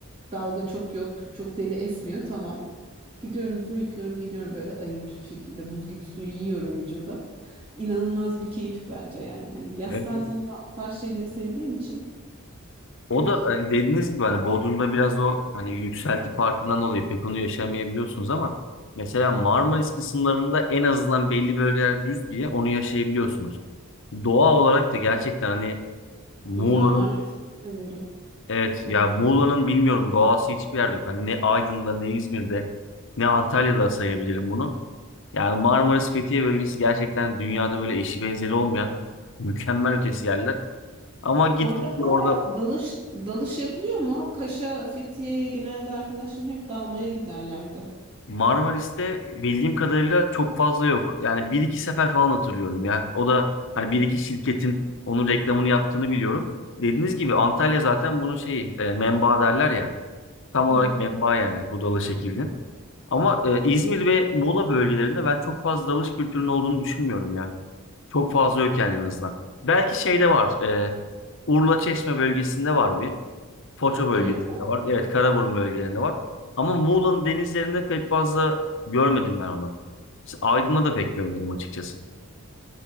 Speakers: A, on the right; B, on the left.
A: Dalga çok yok, çok deli esmiyor tamam. Gidiyorum yüzümü yıkıyorum geliyorum böyle ayılmış bir şekilde buz gibi suyu yiyorum vücuda. İnanılmaz bir keyif bence yani. Hani yaz
B: Evet.
A: tatilinde ben o tarz şeyleri sevdiğim için
B: O
A: pek
B: da e, dediğiniz gibi hani Bodrum'da biraz o hani yükselti farkından dolayı pek onu yaşamayabiliyorsunuz ama mesela Marmaris kısımlarında en azından belli bölgeler düz diye onu yaşayabiliyorsunuz. Doğa olarak da gerçekten hani Muğla'nın
A: Güzel. Marmaris'i çok severim.
B: evet ya
A: Evet.
B: Muğla'nın bilmiyorum doğası hiçbir yerde yok. Hani ne Aydın'da ne İzmir'de ne Antalya'da sayabilirim bunu. Yani Marmaris Fethiye bölgesi gerçekten dünyada böyle eşi benzeri olmayan mükemmel ötesi yerler. Ama git
A: Orada
B: git
A: hala
B: orada
A: dalış dalış yapılıyor mu? Kaş'a, Fethiye'ye genelde arkadaşlarım hep dalmaya giderlerdi.
B: Marmaris'te bildiğim kadarıyla çok fazla yok. Yani bir iki sefer falan hatırlıyorum ya. O da hani bir iki şirketin onun reklamını yaptığını biliyorum. Dediğiniz gibi Antalya zaten bunun şeyi e, menbaı derler ya. Tam
A: Hı
B: olarak
A: hı.
B: menbaı yani bu dalış ekibinin. Ama e, İzmir ve Muğla bölgelerinde ben çok fazla dalış kültürünün olduğunu düşünmüyorum ya. Çok fazla yok yani en azından. Belki şeyde var. e, Urla Çeşme bölgesinde var bir. Foça bölgesinde
A: Öyle mi?
B: var. Evet, Karaburun bölgelerinde var. Ama Muğla'nın denizlerinde pek fazla görmedim ben onu. Mesela Aydın'da da pek görmedim açıkçası.